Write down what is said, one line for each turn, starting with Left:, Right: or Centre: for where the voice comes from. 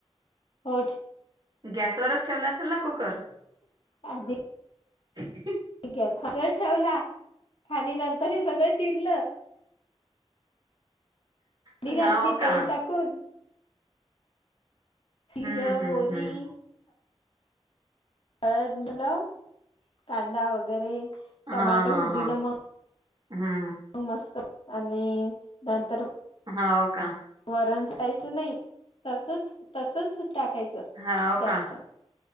Left: हो
Right: गॅसवरच ठेवला असेल ना कुकर
Left: आदी
Right: हम
Left: ठीक असच ठेवला आणि नंतर हे सगळं चिरलं नी
Right: हो
Left: घातली
Right: का
Left: तेल टाकून
Right: हम्म
Left: जिरं
Right: हम्म
Left: मोहरी
Right: हम्म
Left: हळद झालं कांदा वगैरे
Right: हा
Left: टमाटो
Right: हा
Left: होऊ दिलं
Right: हा
Left: मग
Right: हम्म
Left: मस्त आणि नंतर
Right: हा हो का
Left: वरण टायचं नाही तसच तसच टाकायचं. त
Right: हो
Left: जास्त
Right: का